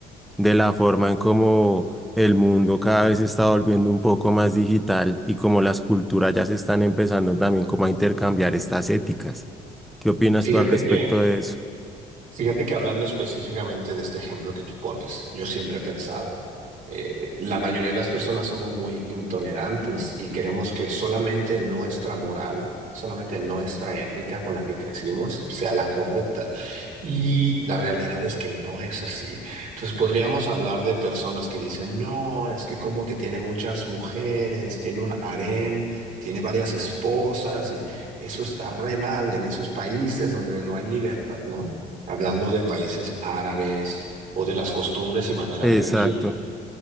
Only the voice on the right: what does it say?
Fíjate
que,
Fíjate que hablando específicamente de este ejemplo que tú pones, yo siempre he pensado, eh, la mayoría de las personas somos muy intolerantes y queremos que solamente nuestra moral, solamente nuestra ética con la que crecimos sea la correcta. Y la realidad es que no es así. Entonces podríamos hablar de personas que dicen, no, es que como que tiene muchas mujeres, tiene un harem, tiene varias esposas y eso está re mal en esos países donde no hay libertad, ¿no? hablando de países árabes o de las costumbres y manera
de vivir.